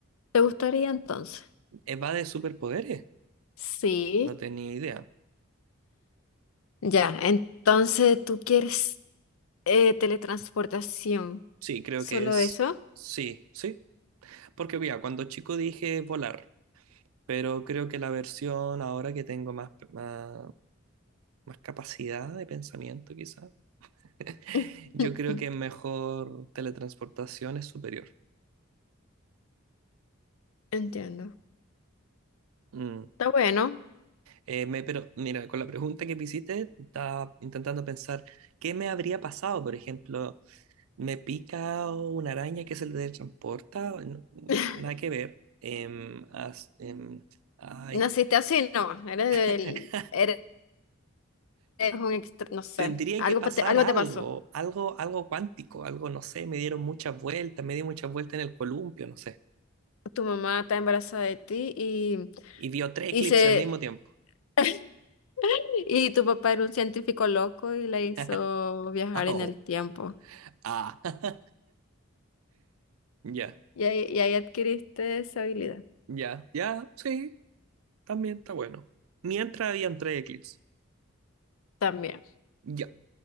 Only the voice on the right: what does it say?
Eh, Va de superpoderes.
No tenía idea.
Sí, creo
que es.
Sí, sí. Porque mira, cuando chico dije volar, pero creo que la versión ahora que tengo más, más, más capacidad de pensamiento, quizá, <laughs>
yo creo que mejor teletransportación es superior.
Mm.
Eh, me- pero mira, con la pregunta que me hiciste, estaba intentando pensar qué me habría pasado. Por ejemplo, me pica una araña que se teletransporta, No,
nada que ver. Em, as- em, ay.
<laughs>
Tendría
que pasar
algo,
algo, algo cuántico, algo, no sé, me dieron muchas vueltas, me di muchas vueltas en el columpio, no sé.
Y vio tres
eclipses
al mismo tiempo.
<laughs>
Oh,
ah, <laughs> ya,
ya, ya, sí, también está bueno. Mientras habían tres eclipses.
Ya.